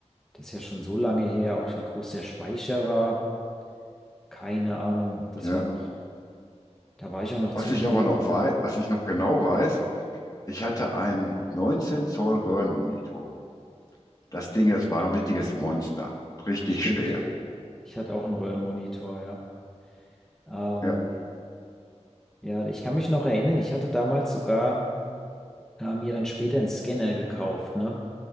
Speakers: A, in the centre; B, on the left.
A: Das ist ja schon so lange her, auch wie groß der Speicher war. Keine Ahnung. Das
B: ja.
A: war noch, da war ich auch noch
B: Was
A: ziemlich
B: ich aber
A: jung.
B: noch weiß, was ich noch genau weiß, ich hatte einen 19 Zoll Röhrenmonitor. Das Ding, das
A: Stimmt.
B: war ein richtiges Monster und richtig
A: Stimmt.
B: schwer.
A: Ich hatte auch einen Röhrenmonitor, ja. Ähm,
B: Ja.
A: ja, ich kann mich noch erinnern, ich hatte damals sogar äh, mir dann später einen Scanner gekauft, ne?